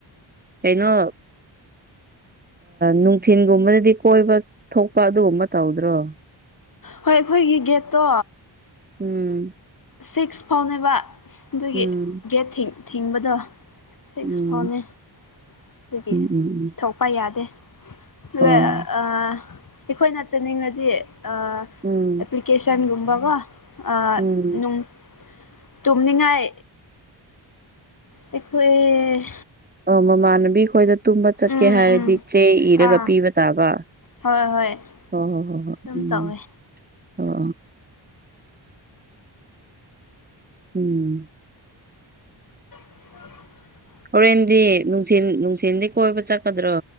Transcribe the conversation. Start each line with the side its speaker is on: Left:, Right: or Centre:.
Right: ꯀꯩꯅꯣ ꯅꯨꯡꯊꯤꯤꯟꯒꯨꯝꯕꯗꯗꯤ ꯀꯣꯏꯕ ꯊꯣꯛꯄ ꯑꯗꯨꯒꯨꯝꯕ ꯇꯧꯗ꯭ꯔꯣ
Left: ꯍꯣꯏ ꯑꯩꯈꯣꯏꯒꯤ ꯒꯦꯠꯇꯣ
Right: ꯎꯝ
Left: ꯁꯤꯛꯁ ꯐꯥꯎꯅꯦꯕ ꯑꯗꯨꯒꯤ
Right: ꯎꯝ
Left: ꯒꯦꯠ ꯊꯤꯡꯕꯗ ꯁꯤꯛꯁ
Right: ꯎꯝ
Left: ꯐꯥꯎꯅꯤ ꯑꯗꯨꯒꯤ
Right: ꯎꯝ ꯎꯝ ꯎꯝ
Left: ꯊꯣꯛꯄ ꯌꯥꯗꯦ ꯑꯗꯨꯒ
Right: ꯑꯣ
Left: ꯑꯩꯈꯣꯏꯅ ꯆꯠꯅꯤꯡꯉꯗꯤ ꯑꯦꯄ꯭ꯂꯤꯀꯦꯁꯟꯒꯨꯝꯕꯀꯣ
Right: ꯎꯝ
Left: ꯑꯅꯨꯡ
Right: ꯎꯝ
Left: ꯇꯨꯝꯅꯤꯡꯉꯥꯏ ꯑꯩꯈꯣꯏ ꯑꯦ
Right: ꯑꯣ ꯃꯃꯥꯟꯅꯕꯤ ꯈꯣꯏꯗ ꯇꯨꯝꯕ ꯆꯠꯀꯦ
Left: ꯎꯝ
Right: ꯍꯥꯏꯔꯗꯤ
Left: ꯎꯝ
Right: ꯆꯦ ꯏꯔꯒ
Left: ꯑꯥ
Right: ꯄꯤꯕ ꯇꯥꯕ
Left: ꯍꯣꯏ ꯍꯣꯏ
Right: ꯍꯣ ꯍꯣ ꯍꯣꯍꯣꯢ
Left: ꯑꯗꯨꯝ ꯇꯧꯋꯦ
Right: ꯎꯝ ꯑ ꯎꯝ <unintelligible> <inaudible>
Left: ꯑ <unintelligible> <inaudible>
Right: ꯍꯣꯔꯦꯟꯗꯤ ꯅꯨꯡꯊꯤꯟ ꯅꯨꯡꯊꯤꯤꯟꯗꯤ ꯀꯣꯏꯕ ꯆꯠꯀꯗ꯭ꯔꯣ